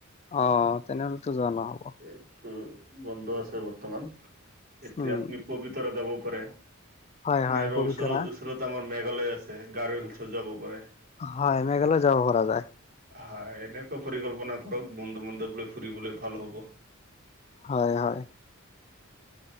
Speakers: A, on the left; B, on the right.
A: অ তেনেহ'লেতো যোৱা নহ
B: এইটো বন্ধ আছে বৰ্তমান এতিয়া
A: উম
B: আপনি পবিতৰা যাব পাৰে
A: হয় হয়
B: নাইবা
A: পবিতৰা
B: ওচৰত ওচ ওচৰত আমাৰ মেঘালয়া আছে গাৰু হিলছত যাব পাৰে
A: হয় মেঘালয় যাব পৰা যায়
B: হয় এনেকুৱা পৰিকল্পনা কৰক বন্ধু বান্ধৱলৈ ফুৰিবলৈ ভাল হ'ব
A: হয় হয়